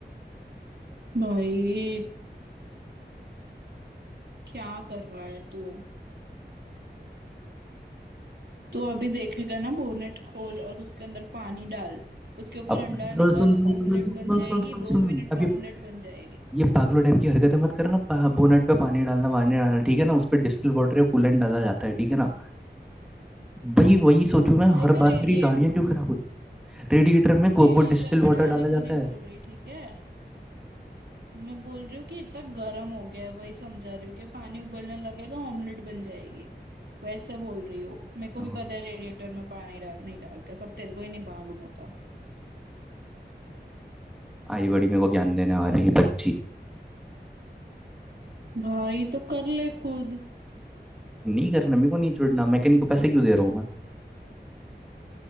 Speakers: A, on the right; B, in the centre.
A: भाई क्या कर रहा है तू तू अभी देखेगा ना बोनेट खोल और उसके अंदर पानी डाल उसके ऊपर
B: अब
A: अंडा
B: अ,
A: निकाल
B: सुन सुन
A: ऑमलेट
B: सुन सुन
A: बन
B: सुन
A: जाएगी
B: सुन सुन
A: दो
B: सुन
A: मिनट
B: अब
A: में ऑमलेट
B: ये
A: बन जाएगी
B: ये पागलों टाइप की हरकतें मत करना पा, बोनट पे पानी डालना वानी डालना ठीक है ना उस पर डिस्टिल वाटर या कूलेंट डाला जाता है ठीक है ना वही वही सोचूं मैं
A: भाई
B: हर
A: मैं रेडिएट
B: बार मेरी गाड़ियां क्यों खराब होती रेडिएटर में को-
A: रेडिएटर
B: वो डिस्टिल
A: में
B: वाटर
A: डालने
B: डाला जाता
A: को नहीं
B: है
A: बोल रही ठीक है मैं बोल रही हूँ कि इतना गर्म हो गया है वही समझा रही हूँ कि पानी उबलने लगेगा ऑमलेट बन जाएगी वैसे बोल रही हो मेरे को भी
B: अब
A: पता है रेडिएटर में पानी डाल नहीं डालते सब तेरे को ही नहीं मालूम होता
B: आई बड़ी मेरे को ज्ञान देने वाली है बच्ची
A: भाई तो कर ले खुद
B: नहीं करना मेरे को नहीं छोड़ना मैकेनिक को पैसे क्यों दे रहा हूँ मैं